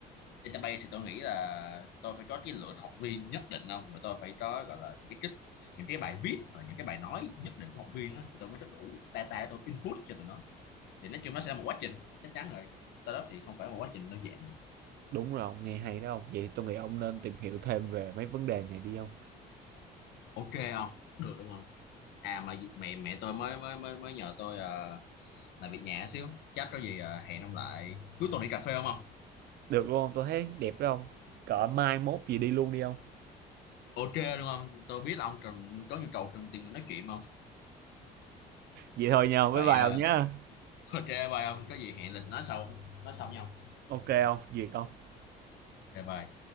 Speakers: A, on the left; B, on the right.
A: database thì tôi nghĩ là tôi phải có cái lượng học viên nhất định không rồi tôi phải có gọi là những cái kích những cái bài viết hoặc là những cái bài nói nhất định của học viên á, thì tôi mới có đủ data để tôi input cho tụi nó thì nói chung nó sẽ là một quá trình chắc chắn rồi startup thì không phải một quá trình đơn giản
B: đúng rồi ông nghe hay đó ông vậy thì tôi nghĩ ông nên tìm hiểu thêm về mấy vấn đề này đi ông
A: ok không được đúng không à mà mẹ mẹ tôi mới mới mới mới nhờ tôi ờ, làm việc nhà xíu chắc có gì ờ, hẹn ông lại cuối tuần đi cà phê không không
B: được luôn ông tôi thấy đẹp đó ông cỡ mai mốt gì đi luôn đi ông
A: ok đúng không tôi biết là ông Trần có nhu cầu Trần tìm người nói chuyện không
B: vậy thôi nhau bye
A: vậy
B: bye
A: ờ,
B: ông nhé
A: ok bye ông có gì hẹn lịch nói sau nói sau nhau
B: OK không, Việc hông?
A: ok bye